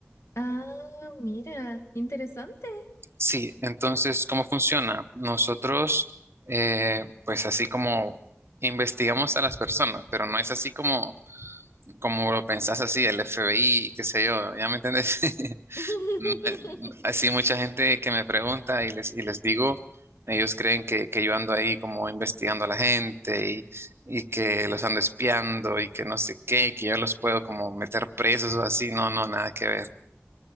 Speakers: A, on the left; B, on the right.
A: Ah, mira, interesante.
B: Sí, entonces, ¿cómo funciona? Nosotros, eh, pues así como investigamos a las personas, pero no es así como, como lo pensás así, el FBI, qué sé yo, ¿ya me entendés? <laughs>
A: <laughs>
B: Eh, Así mucha gente que me pregunta y les, y les digo, ellos creen que, que yo ando ahí como investigando a la gente y, y que los ando espiando y que no sé qué, y que yo los puedo como meter presos o así. No, no, nada que ver.